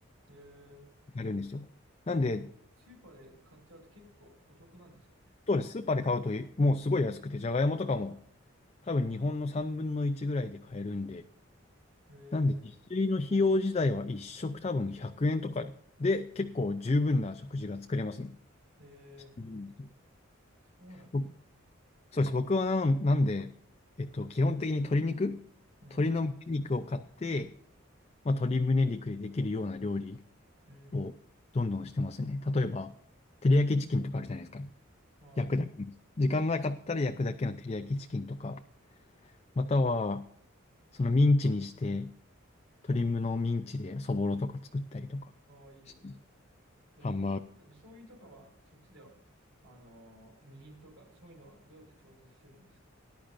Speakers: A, on the right; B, on the left.
A: えー、
B: やるんですよ。なんで、
A: えじゃあスーパーで買っちゃうと結構お得なんですかね
B: そうです。スーパーで買うともうすごい安くて、じゃがいもとかも多分日本の3分の1ぐらいで買えるんで、
A: えー
B: なんで自炊の費用自体は1食多分100円とかで結構十分な食事が作れますね。
A: えー、
B: うん
A: そうなんです。
B: 僕そうです。僕はなんなんで、えっと、基本的に鶏肉、
A: うん、
B: 鶏の胸肉を買って、まあ、鶏胸肉でできるような料理
A: うん。
B: をどんどんしてますね。例えば、照り焼きチキンとかあるじゃないですか。
A: あー、
B: 焼くだけ。
A: り
B: 時間なかったら焼くだけの照り焼きチキンとか、または、そのミンチにして、鶏むのミンチでそぼろとか作ったりとかし。
A: あー、いいですね。じゃあ、
B: ハンバーグ。
A: 日本で醤油とかは、そっちでは、あのーみりんとか、そういうのはどうやって調達してるんですか